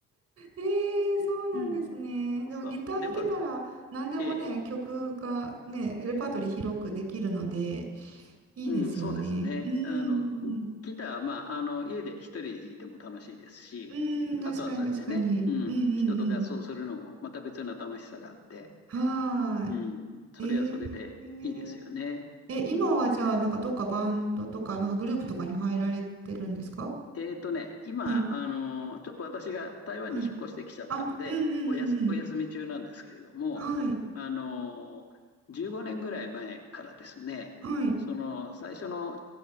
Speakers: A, on the right (about 50°); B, on the left (about 50°).
A: ええそうなんですね。
B: うん。そうそう。
A: でもギター弾けたら何でもね、
B: でも、ええ、
A: 曲がね、レパートリー広くできるので、いいですよね。
B: うん、そうですね。
A: うんうん
B: あの、
A: うん。
B: ギターは、まあ、あの、家で一人で弾いても楽しいですし、
A: うーん、確かに確かに。
B: あとはそうやってね、うん、
A: うんう
B: 人と合奏するのもまた別な楽しさがあって、
A: んうん。は
B: うん、それはそれでいいですよね。
A: ーい。えー、え、今はじゃあ、
B: うん。
A: なんかどっかバンドとか、なんかグループとかに入られてるんですか
B: えっとね、今、
A: はい、
B: あのーちょっと私が台湾に引っ越してきちゃったんで、
A: はい。あ、うんうんうんうん。
B: おやす、お休み中なんですけれども、
A: はい、
B: あのー15年ぐらい前からですね、
A: はい。
B: その最初の